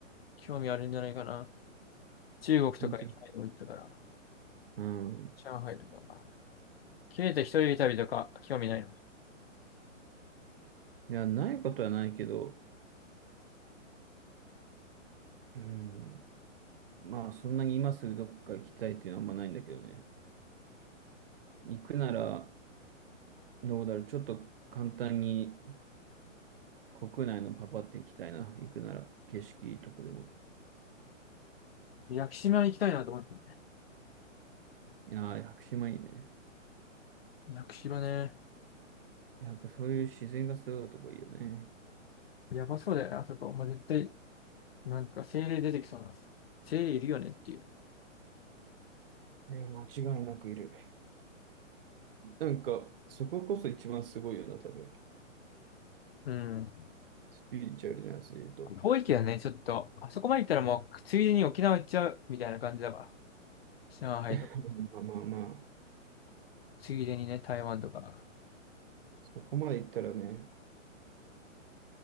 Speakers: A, on the left; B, on the right.
A: 興味あるんじゃないかな。中国とか行きたいとか言ってたから、
B: うんうん
A: 上海とか。切れた一人旅とか興味ないの。
B: いや、ないことはないけど、うん、まあ、そんなに今すぐどっか行きたいっていうのはあんまないんだけどね。行くなら、どうだろう。ちょっと簡単に国内のパパって行きたいな。行くなら、景色いいとこでも。
A: 屋久島に行きたいなと思って。
B: いやー、屋久島いいね。
A: 屋久島ね。
B: やっぱそういう自然がすごいとこいいよね。
A: やばそうだよね、あそこ。まあ、絶対なんか精霊出てきそうな。精霊いるよねっていう。
B: いや、間違いなくいる。なんか、そここそ一番すごいよな、多分。
A: うん。
B: スピリチュアルなやつで言うと。
A: 遠いけどね、ちょっと。あそこまで行ったらもう、ついでに沖縄行っちゃうみたいな感じだわ。上海とか。
B: <laughs> まあまあまあ、
A: ついでにね、台湾とか。
B: そこまで言ったらね、